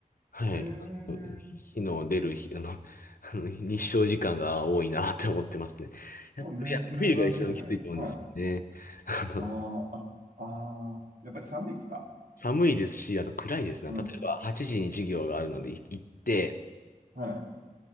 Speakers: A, on the left; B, on the right.
A: はい。
B: えー、
A: あの日の出る日、あの、<laughs> あの日照時間が多いなって思ってますね。やっぱりあの
B: もうめず、珍しいですね。
A: <laughs> 冬が一番きついと思うんですよね。
B: はい。
A: <laughs> あの、
B: あーあ、あー、やっぱり寒いですか
A: 寒いですし、あと暗いですね。
B: うん。
A: 例えば8時に授業があるのでい行って、
B: はい。